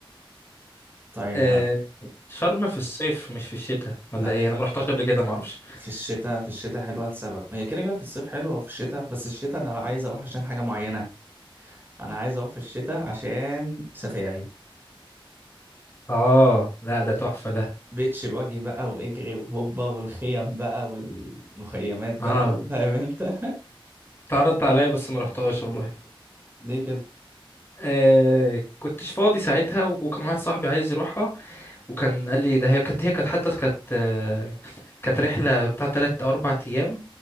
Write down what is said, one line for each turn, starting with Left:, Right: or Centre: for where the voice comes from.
Right: طيب
Left: آه، شرم في الصيف مش في الشتاء ولا
Right: لا
Left: ايه انا ما رحتهاش قبل كده ما اعرفش
Right: في الشتاء في الشتاء حلوة لسبب هي كده كده في الصيف حلوة وفي الشتاء بس الشتاء أنا عايز أروح عشان حاجة معينة أنا عايز أروح في الشتاء عشان سفاري
Left: اه لا ده تحفة ده
Right: بيتش باجي بقى واجري وهوبا والخيم بقى والمخيمات بقى
Left: اه
Right: و- فاهم انت <laughs>
Left: اتعرضت عليا بس ما رحتهاش والله
Right: ليه كده
Left: آه كنتش فاضي ساعتها وكان واحد صاحبي عايز يروحها وكان قال لي ده هي كانت هي كانت حتى كانت آه، كانت رحلة بتاع تلات أو أربع أيام